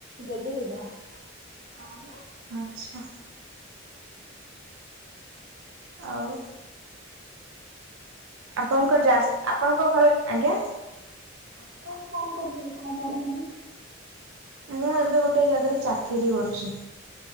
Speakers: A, on the right; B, on the right.
A: ଜେଜେ ଜେଜେମା। <unintelligible>
B: ଆଚ୍ଛା। ଆଉ ଆପଣଙ୍କ ଜାସ୍ ଆପଣଙ୍କ ଘର ଆଜ୍ଞା?
A: ଆପଣ ଏବେ କଣ କରୁଛନ୍ତି କଣ ପଢ଼ୁଛନ୍ତି?
B: ମୁଁ ଏବେ ଗୋଟେ ଜାଗାରେ ଚାକିରି କରୁଛି।